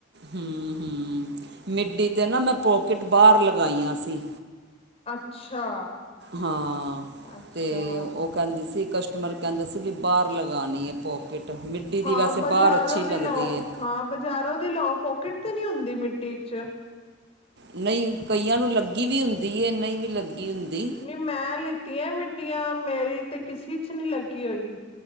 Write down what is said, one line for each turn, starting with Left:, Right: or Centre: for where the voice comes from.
Right: ਹੂੰ, ਹੂੰ ਮਿੱਡੀ ਤੇ ਨਾ ਮੈਂ ਪੋਕਿਟ ਬਾਹਰ ਲਗਾਈਆਂ ਸੀ।
Left: ਅੱਛਾ!
Right: ਹਾਂ,
Left: ਅੱਛਾ
Right: ਤੇ ਉਹ ਕਹਿੰਦੀ ਸੀ ਕਸਟਮਰ ਕਹਿੰਦੇ ਸੀ ਵੀ ਬਾਹਰ ਲਗਾਉਣੀ ਹੈ ਪੋਕਿਟ ਮਿੱਡੀ ਦੀ
Left: ਹਾਂ,
Right: ਵੈਸੇ
Left: ਬਾਜ਼ਾਰੋਂ
Right: ਬਾਹਰ ਅੱਛੀ
Left: ਦੀ
Right: ਲੱਗਦੀ
Left: ਲਓ
Right: ਹੈ।
Left: ਹਾਂ ਬਾਜ਼ਾਰੋਂ ਦੀ ਲਓ ਪੋਕਿਟ ਤੇ ਨਹੀਂ ਹੁੰਦੀ ਮਿੱਡੀ ਚ
Right: ਨਹੀਂ ਕਈਆਂ ਨੂੰ ਲੱਗੀ ਵੀ ਹੁੰਦੀ ਹੈ, ਨਹੀਂ ਵੀ ਲੱਗੀ ਹੁੰਦੀ
Left: ਨੀ ਮੈਂ ਲਿੱਤੀਆਂ ਮਿੱਡੀਆਂ ਮੇਰੀ ਤੇ ਕਿਸੇ ਚ ਨਹੀਂ ਲੱਗੀ ਹੋਈ